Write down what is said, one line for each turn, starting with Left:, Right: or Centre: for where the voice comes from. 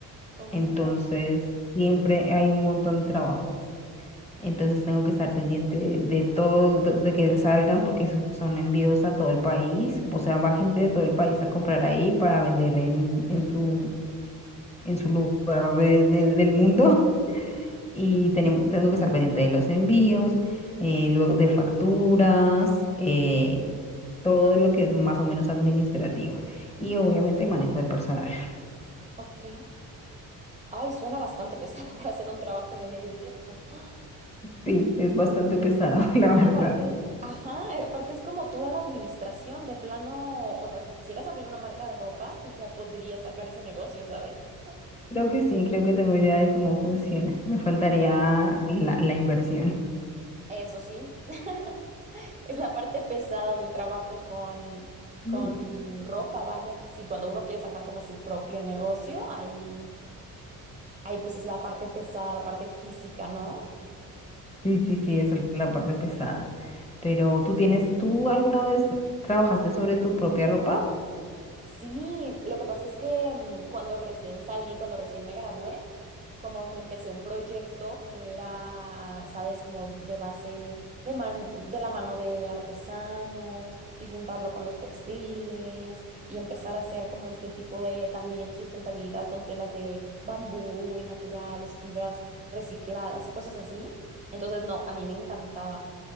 Right: Oh.
Left: Entonces, siempre hay un montón de trabajo. Entonces tengo que estar pendiente de, de todo, de, de que salgan porque so- son envíos a todo el país. O sea, va gente de todo el país a comprar ahí para vender en, en su, en su lugar de- de- del mundo. <laughs> Y tenemos, tengo que estar pendiente de los envíos, eh, luego de facturas, eh, todo lo que es más o menos administrativo. Y obviamente manejo de personal. <laughs>
Right: Ok. Ay, suena bastante pesado <laughs> para hacer un trabajo de medio tiempo. ¡Ah!
Left: Sí, es bastante pesado, <laughs> la verdad.
Right: Aparte, ajá, eh, aparte es como toda la administración de plano, o sea, si quisieras abrir una marca de ropa, tú ya podrías sacar ese negocio, ¿sabes?
Left: Creo que sí, creo que tengo idea de cómo funciona. Me faltaría la, la inversión. <laughs>
Right: Eso sí, <laughs> es la parte pesada del trabajo con, con
Left: Mm.
Right: ropa, vaya. Sí, cuando uno quiere sacar como su propio negocio, ahí, ahí pues es la parte pesada, la parte física, ¿no?
Left: Sí, sí, sí, esa es la parte pesada. Pero tú tienes, ¿tú alguna vez trabajaste sobre tu propia ropa?
Right: Sí, lo que pasa es que mm, cuando recién salí, cuando recién me gradué, como que empecé un proyecto que era, sabes, como de base de man- de la mano de artesanos y juntarlo con los textiles y empezar a hacer como este tipo de también sustentabilidad con telas de bambú y naturales, fibras recicladas y cosas así. Entonces, no, a mí me encantaba